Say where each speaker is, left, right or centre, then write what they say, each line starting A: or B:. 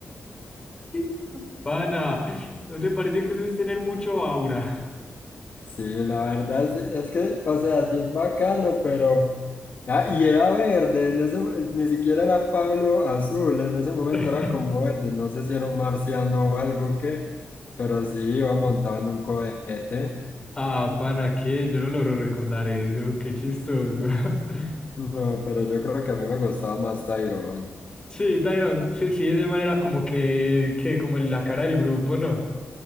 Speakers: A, on the left; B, on the left.
A: <laughs> Pana, ¿no te parece que eso es tener mucho aura?
B: Sí, la verdad sí, es que, o sea, sí es bacano, pero... Ah, y era verde, en ese- ni siquiera era Pablo azul, en ese momento
A: <laughs>
B: era como verde, no sé si era un marciano o algo que, pero sí iba montado en un cohete.
A: Ah, pana, ¿qué? Yo no logro recordar eso, qué chistoso. <laughs>
B: No, pero yo creo que a mí me gustaba más Tyrone.
A: Sí, Tyron, sí, sí, es de manera como que, que como en la cara del grupo, ¿no?